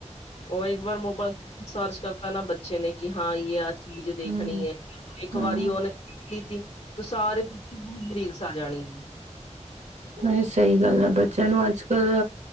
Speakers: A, on the left; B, on the right.
A: ਉਹ ਇੱਕ ਵਾਰ ਮੋਬਾਈਲ ਸਰਚ ਕਰਤਾ ਨਾ ਬੱਚੇ ਨੇ ਕਿ ਹਾਂ। ਯ ਅੱਜ ਚੀਜ਼ ਦੇਖਣੀ
B: ਹਮ
A: ਹੈ। ਇੱਕ
B: ਹਮ
A: ਵਾਰੀ ਉਹਨੇ ਕੀਤੀ ਤੂੰ ਸਾਰੇ ਤਾਂ ਜਾਣੀ ਹੈ।
B: ਨਹੀਂ ਸਹੀ ਗੱਲ ਹੈ। ਬੱਚਿਆਂ ਨੂੰ ਅੱਜ ਕੱਲ